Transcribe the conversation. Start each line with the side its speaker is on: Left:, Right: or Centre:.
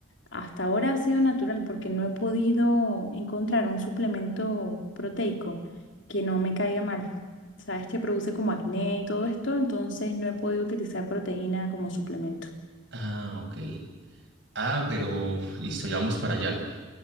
Left: hasta ahora ha sido natural porque no he podido encontrar un suplemento proteico que no me caiga mal. Sabes que produce como acné y todo esto, entonces no he podido utilizar proteína como suplemento.
Right: Ah, ok. Ah, pero listo, ya vamos para allá.